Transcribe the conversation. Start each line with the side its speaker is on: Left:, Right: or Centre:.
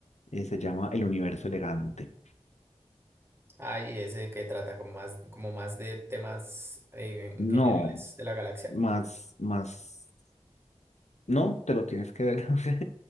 Left: eh, se llama El Universo Elegante.
Right: Ahí ese que trata como más, como más de temas eh, en
Left: No,
Right: generales de la galaxia.
Left: más, más. No, te lo tienes que ver. <laughs> o sea,